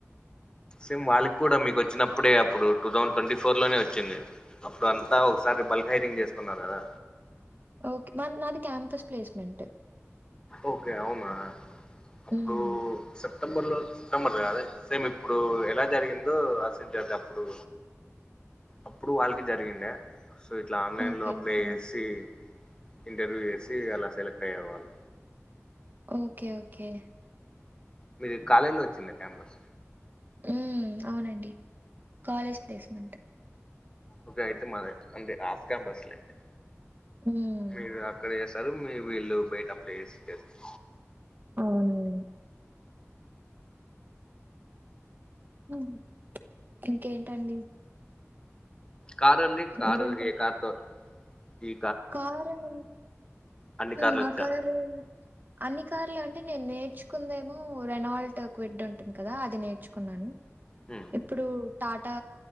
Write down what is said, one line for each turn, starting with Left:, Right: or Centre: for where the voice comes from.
Left: సేమ్ వాళ్ళకి కూడా మీకు వచ్చినప్పుడే అప్పుడు టూ థౌసండ్ ట్వంటీ ఫోర్ లోనే వచ్చింది. అప్పుడు అంతా ఒకసారి బల్క్ హైడింగ్ చేసుకున్నారు కదా
Right: ఒకే మామ్ నాది క్యాంపస్ ప్లేస్మెంట్
Left: ఓకే అవునా అప్పుడు
Right: హ్మ్.
Left: సెప్టెంబర్ లో నెమ్మది గాలే సేమ్ ఇప్పుడు ఎలా జరిగిందో అస చేది అప్పుడు అప్పుడు వాళ్ళకి జరిగింద సో ఇట్లా ఆన్లైన్
Right: ఓకే.
Left: లో Apply
Right: okay.
Left: చేసి ఇంటర్వ్యూ చేసి అలా సెలెక్ట్ అయ్యే వాళ్ళు.
Right: ఓకే ఓకే
Left: మీరు కాలేజీ లో వచ్చిందా క్యాంపస్
Right: ఉమ్ అవునండి కాలేజ్ ప్లేస్మెంట్
Left: ఓకే అయితే మాది అంటే ఆఫ్ క్యాంపస్ లేండి
Right: ఉమ్
Left: మీరు అక్కడ చేస్తారు మీ వీళ్ళు బయట అప్లై చేసి చేస్తారు
Right: అవునవును ఉమ్ ఇంకేంటండి
Left: కార్ అండి కారు
Right: మరింకా
Left: ఏ కార్ తో ఈ
Right: కారు ఉమ్
Left: అన్ని కార్లు
Right: మా
Left: వచ్చా
Right: కారు అన్ని కార్లు అంటే నేను నేర్చుకుందేమో రెనాల్ట్ క్విడ్ ఉంటుంది కదా అది నేర్చుకున్నాను
Left: హ
Right: ఇప్పుడు టాటా